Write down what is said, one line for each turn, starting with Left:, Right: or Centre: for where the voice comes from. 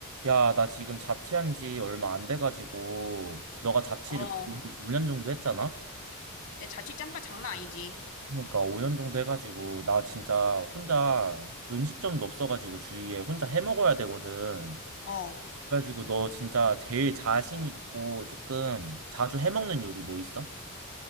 Right: 야, 나 지금 자취한 지 얼마 안 돼가지고, 너가 자취를
Left: 어,
Right: 5년 정도 했잖아?
Left: 내 자취 짬밥 장난 아니지.
Right: 그러니까 5년 정도 해가지고, 나 진짜 혼자 음식점도 없어가지고 주위에 혼자 해 먹어야 되거든.
Left: 어,
Right: 그래가지고 너 진짜 제일 자신 있고 조금 자주 해 먹는 요리 뭐 있어?